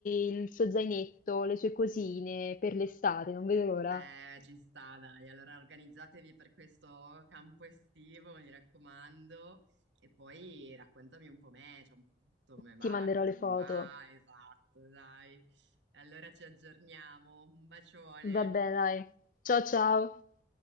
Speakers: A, on the left; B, on the right.
A: il suo zainetto, le sue cosine per l'estate, non vedo l'ora.
B: Eh, ci sta, dai. Allora organizzatevi per questo campo estivo, mi raccomando. E poi raccontami un po' me, cioè un po' tutto, come va,
A: Ti manderò
B: come non
A: le foto.
B: va, esatto, dai. Allora ci aggiorniamo. Un bacione.
A: Vabbè dai, ciao ciao!